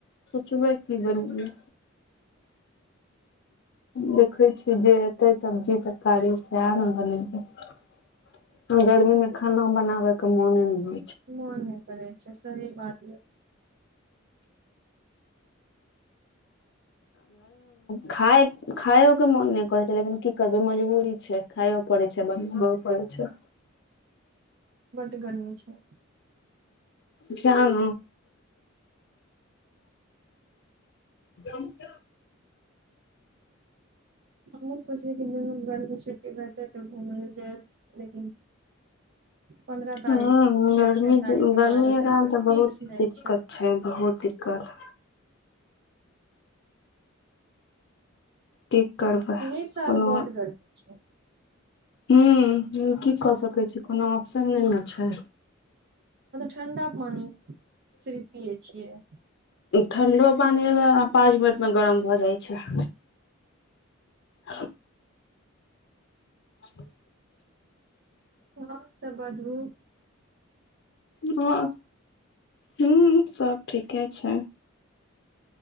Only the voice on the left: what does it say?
सोचबै की बनै देखे छी जे एते सब्जी तरकारी सह ने रहले गर्मी मे खाना बनाबे के मोने ने हो
खाइ खाइो के मोन नहि करै छै लेकिन की करबै मजबूरी छै खाइो पड़ैत छै बनाबो पड़ै छै
जाम <inaudible> <inaudible>
गर्मी
गर्मी
के
कारण
तऽ बहुत
दिक्कत
बहुत दिक्कत की करबै
कोनो
ह्म की कऽ सकै छी कोनो ऑप्शन नहि ने छै
ठण्डो पानि पाँच मिनटमे गरम भऽ जाइ छै ह ह
हँ हँ सब ठीके छै